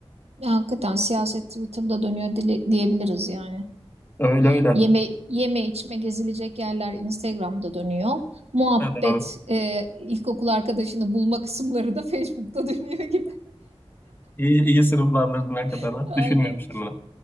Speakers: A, on the right; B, on the left.
A: Ya hakikaten siyaset Twitter'da dönüyor dili- diyebiliriz yani.
B: Öyle öyle.
A: Yeme, yeme içme gezilecek yerler Instagram'da dönüyor. Muhabbet
B: Evet, doğru.
A: e, ilkokul arkadaşını bulma kısımları da Facebook'ta dönüyor gibi.
B: İyi, iyi sınıflandırdın hakikaten.
A: <laughs>
B: ha.
A: Aynen.
B: Düşünmemiştim bunu.